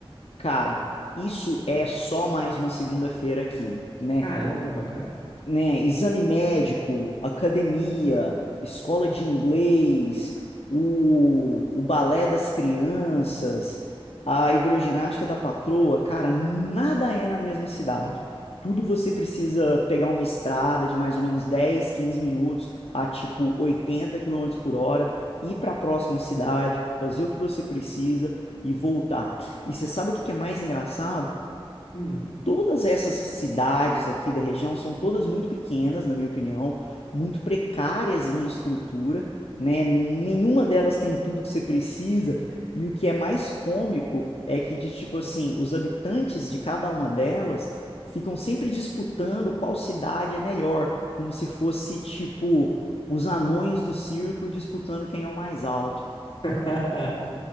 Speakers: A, on the left; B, on the left.
A: Cara, isso é só mais uma segunda-feira aqui, né?
B: Caramba, cara.
A: né, exame médico, academia, escola de inglês, o, o balé das crianças, a hidroginástica da patroa, cara, nada é na mesma cidade. Tudo você precisa pegar uma estrada de mais ou menos 10, 15 minutos a tipo 80 quilômetros por hora, ir para a próxima cidade, fazer o que você precisa e voltar. E você sabe o que que é mais engraçado?
B: Hum.
A: Todas essas cidades aqui da região são todas muito pequenas, na minha opinião, muito precárias em estrutura, né? Nenhuma delas tem tudo que você precisa. E o que é mais cômico é que, de tipo assim, os habitantes de cada uma delas ficam sempre disputando qual cidade é melhor, como se fosse, tipo, os anões do circo disputando quem é o mais alto.
B: <laughs>